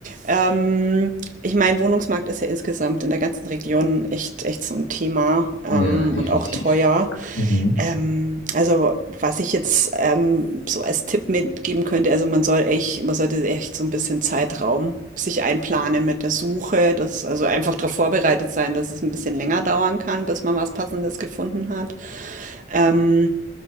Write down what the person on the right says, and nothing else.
Ähm, ich meine, Wohnungsmarkt ist ja insgesamt in der ganzen Region echt, echt so ein Thema ähm,
und auch teuer.
Ähm, also was ich jetzt ähm, so als Tipp mitgeben könnte, also man soll echt, man sollte echt so ein bisschen Zeitraum sich einplanen mit der Suche, dass also einfach darauf vorbereitet sein, dass es ein bisschen länger dauern kann, bis man was Passendes gefunden hat. Ähm,